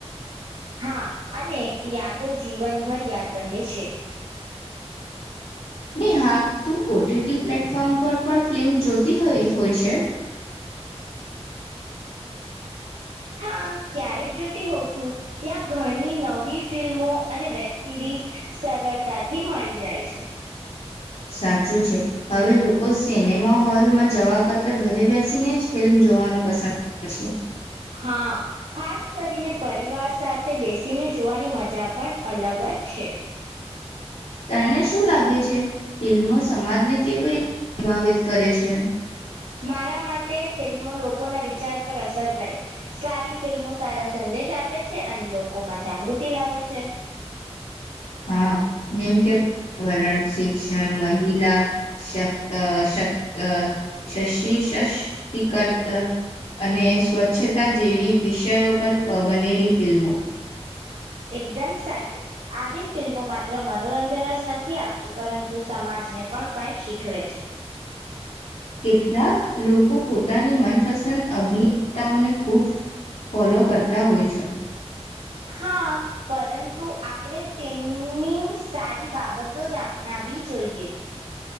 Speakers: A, on the right (about 80°); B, on the left (about 70°).
A: હા અને યાદો જીવનભર યાદ રહે છે.
B: ને હા તું ઓટીટી પ્લેટફોર્મ પર પણ ફિલ્મ જોતી હોય હોય છે?
A: હા ક્યારેક જોતી હોઉં છું. ત્યાં ઘણી નવી ફિલ્મો અને વેબ સિરીઝ સરળતાથી મળી જાય છે.
B: સાચું છે. હવે લોકો સિનેમા હોલમાં જવા કરતાં ઘરે બેસીને જ ફિલ્મ જોવાનું પસંદ કરે છે.
A: હા ખાસ કરીને પરિવાર સાથે બેસીને જોવાની મજા પણ અલગ જ છે.
B: તને શું લાગે છે? ફિલ્મો સમાજને કેવી રીતે પ્રભાવિત કરે છે?
A: મારા માટે ફિલ્મો લોકોને વિચાર પર અસર કરે. સારી ફિલ્મો સારા સંદેશ આપે છે અને લોકોમાં જાગૃતિ લાવે છે.
B: હા જેમ કે પર્યાવરણ શિક્ષણ, મહિલા, શક-અ-શક-અ-સશી-સશ- સશક્તિકરણ અને સ્વચ્છતા જેવી વિષયો પર બનેલી ફિલ્મો.
A: એકદમ સાચું આવી ફિલ્મો માત્ર મનોરંજન જ નથી આપતું પરંતુ સમાજને પણ કંઈ શીખવે છે.
B: કેટલાક લોકો પોતાની મનપસંદ અભિનેતાઓને ખૂબ ફોલો કરતા હોય છે.
A: હા પરંતુ આપણે તેમની સારી બાબતો જ આપનાવી જોઈએ.